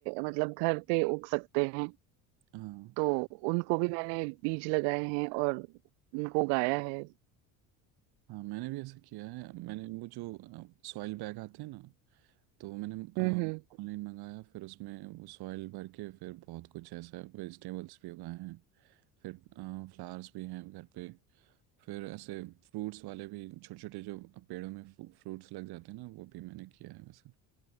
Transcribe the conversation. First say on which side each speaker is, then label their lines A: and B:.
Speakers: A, on the right (about 85°); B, on the right (about 75°).
A: मतलब घर पे उग सकते हैं
B: हाँ
A: तो उनको भी मैंने बीज लगाए हैं और उनको उगाया है
B: हाँ मैंने भी ऐसा किया है मैंने वो जो सॉइल बैग आते हैं ना तो वो मैंने
A: हम्म
B: ऑनलाइन
A: हम्म
B: मंगाया फिर उसमें वो सॉइल भर के फिर बहुत कुछ ऐसा वेजिटेबल्स भी उगाए हैं फिर फ्लावर्स भी हैं घर पे फिर ऐसे फ्रूट्स वाले भी छोटे छोटे जो पेड़ों में फ्रूट्स लग जाते हैं ना वो भी मैंने किया है वैसे